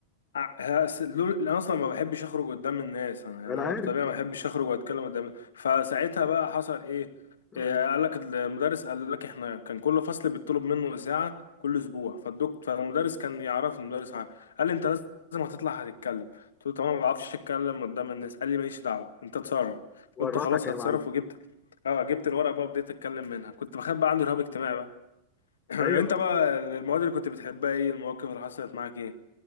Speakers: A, on the left; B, on the left.
A: ع- هس- لول- انا اصلا ما بحبش اخرج قدام الناس انا يعني
B: ولا
A: انا
B: عارف
A: بطبيعه ما بحبش اخرج واتكلم قدام فساعتها بقى حصل ايه
B: <laughs>
A: إيه، قال لك المدرس قال لك احنا كان كل فصل بيطلب منه ساعه كل اسبوع فالدكتور فالمدرس كان يعرف المدرس عارف قال لي انت لازم هتطلع هتتكلم قلت له تمام ما بعرفش اتكلم قدام الناس قال لي ماليش دعوه انت اتصرف
B: ورطك
A: قلت خلاص
B: يا
A: هتصرف
B: معلم
A: وجبت اه جبت الورقه بقى وبديت اتكلم منها كنت بخاف بقى عندي رهاب اجتماعي بقى <laughs> <clears throat>
B: ايوه
A: انت بقى المواد اللي كنت بتحبها ايه المواقف اللي حصلت معاك ايه